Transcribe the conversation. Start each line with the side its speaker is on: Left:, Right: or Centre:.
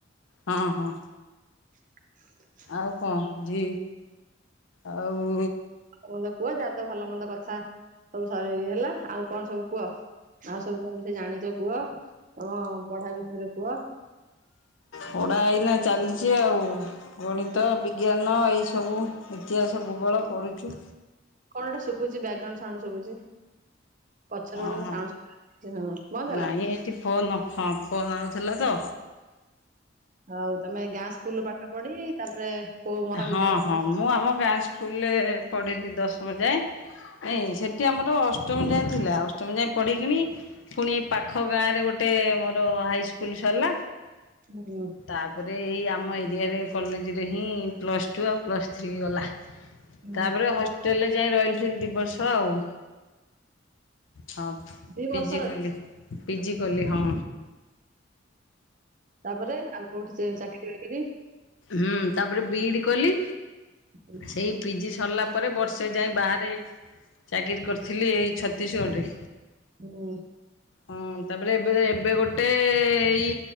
Left: ହଁ ହଁ।
Right: <inaudible>
Left: ଆଉ କଣ ଜି ଆଉ
Right: କୁହ ଯାହା ତ ଭଲ ମନ୍ଦ କଥା ସବୁ ସରି ଇଏ ହେଲା ଆଉ କଣ ସବୁ କୁହ। ଆଉ ସବୁ ତମେ ସେ ଜାଣିଛ କୁହ, ତମ ପଢା ବିଷୟରେ କୁହ।
Left: ପଡା ଏଇନା ଚାଲିଛି ଆଉ, ଗଣିତ
Right: ହୁଁ
Left: ବି ଜ୍ଞାନ ଏଇସବୁ ଇତିହାସ, ଭୂଗୋଳ ପଢ଼ଛୁ।
Right: କଣ ଗୋଟେ ଶୁବୁଛି ବ୍ୟାଗ୍ରାଉଣ୍ଡ ସାଉଣ୍ଡ ଶୁବୁଛି। ପଛରେ ଗୋଟେ
Left: ଓହୋ
Right: କଣ ସାଉଣ୍ଡ ଶୁଭୁଚି, ହଁ ବନ୍ଦ
Left: ନାଇଁ
Right: ହେଲା।
Left: ଏଇଠି ଫୋନ ହଁ ଫୋନ ଆଉଥିଲା ତ।
Right: ହଉ ତମେ ଗାଁ ସ୍କୁଲୁରୁ ପାଠ ପଢି ତାପରେ କୋଉ ମହାବିଦ୍ୟାଳୟ
Left: ହଁ ହଁ ମୁଁ ଆମ ଗାଁ ସ୍କୁଲରେ ପଢ଼ିଲି ଦଶମ ଯାଏ। ନାଇଁ ସେଠି ଆମର ଅଷ୍ଟମ ଯାଏଁ ଥିଲା ଅଷ୍ଟମ ଯାଏଁ ପଢିକିଣି ପୁଣି ଏ ପାଖ ଗାଁରେ ଗୋଟେ ମୋର ହାଇସ୍କୁଲ ସରିଲା।
Right: ହୁଁ।
Left: ତାପରେ ଏଇ ଆମ ଏରିଆରେ କଲେଜରେ ହିଁ ପ୍ଲସ୍ ଟୁ ଆଉ ପ୍ଲସ୍ ଥ୍ରୀ ଗଲା।
Right: ହୁଁ
Left: ତାପରେ ହଷ୍ଟେଲରେ ଯାଇ ରହିଲିଥିଲି ଦି ବର୍ଷ ଆଉ। ହଁ
Right: ଦି ବର୍ଷ
Left: ପିଜି
Right: ରହିଲ
Left: କଲି, ପିଜି କଲି ହଁ।
Right: ତାପରେ ଆଉ କୋଉଠି ଚାକିରି ବାକିରି?
Left: ହୁଁ ତାପରେ ବିଇଡି କଲି,
Right: ହୁଁ
Left: ସେଇ ପିଜି ସରିଲା ପରେ ବର୍ଷେ ଯାଏ ବାହାରେ ଚାକିରି କରିଥିଲି ଏଇ ଛତିଶଗଡ଼ରେ।
Right: ହୁଁ।
Left: ହଁ ତାପରେ ଏବେ ଏବେ ଗୋଟେ ଏଇ